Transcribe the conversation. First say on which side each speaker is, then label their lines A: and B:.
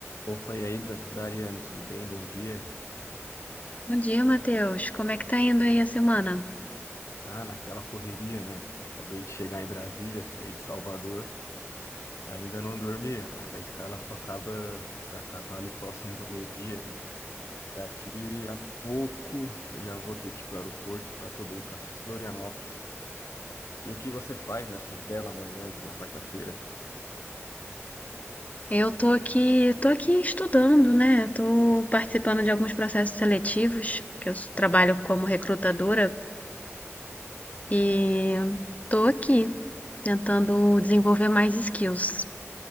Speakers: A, on the left; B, on the left.
A: Opa, e aí, Da- Dariane, tudo bem? Bom dia.
B: Bom dia, Matheus. Como é que tá indo aí a semana?
A: Ah, naquela correria, né? Acabei de chegar em Brasília, saí de Salvador. Ainda não dormia, mas a escala só acaba, vai acabar ali próximo do meio-dia, né? Daqui a pouco eu já vou ter que ir para o aeroporto para poder ir para Florianópolis. E o que você faz nessa bela manhã de uma quarta-feira?
B: Eu tô aqui, tô aqui estudando, né? Tô participando de alguns processos seletivos, que eu s- trabalho como recrutadora e tô aqui tentando desenvolver mais skills.